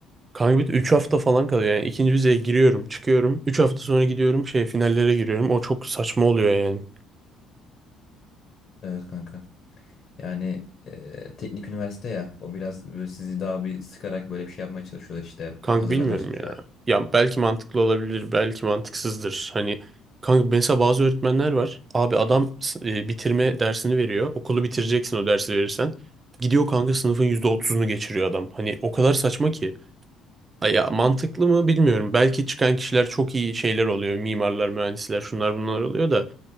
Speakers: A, on the right (about 25°); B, on the left (about 45°).
A: Kanka bir de 3 hafta falan kalıyor yani. ikinci vizeye giriyorum, çıkıyorum. üç hafta sonra gidiyorum şey finallere giriyorum. O çok saçma oluyor yani.
B: Evet kanka. Yani e, teknik üniversite ya o biraz böyle sizi daha bir sıkarak böyle bir şey yapmaya çalışıyorlar işte
A: Kanka
B: hazırlamaya
A: bilmiyorum
B: çalışıyorlar.
A: ya. Ya belki mantıklı olabilir, belki mantıksızdır. Hani kanka mesela bazı öğretmenler var. Abi adam s- e, bitirme dersini veriyor. Okulu bitireceksin o dersi verirsen. Gidiyor kanka sınıfın yüzde otuzunu geçiriyor adam. Hani o kadar saçma ki. Ay Ya mantıklı mı bilmiyorum. Belki çıkan kişiler çok iyi şeyler oluyor. Mimarlar, mühendisler, şunlar bunlar oluyor da